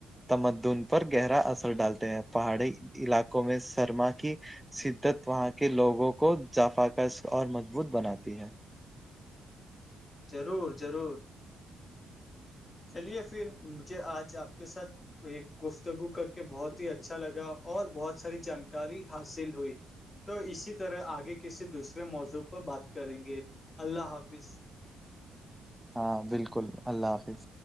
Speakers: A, in the centre; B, on the left.
A: تمدن پر گہرا اثر ڈالتے ہیں پہاڑی علاقوں میں سرما کی شدت وہاں کے لوگوں کو جافا کس اور مضبوط بناتی ہے
B: ضرور ضرور چلیے پھر مجھے آج آپ کے ساتھ یہ گفتگو کر کے بہت ہی اچھا لگا اور بہت ساری جانکاری حاصل ہوئی تو اسی طرح آگے کسی دوسرے موضوع پر بات کریں گے اللہ حافظ
A: ہاں بالکل اللہ حافظ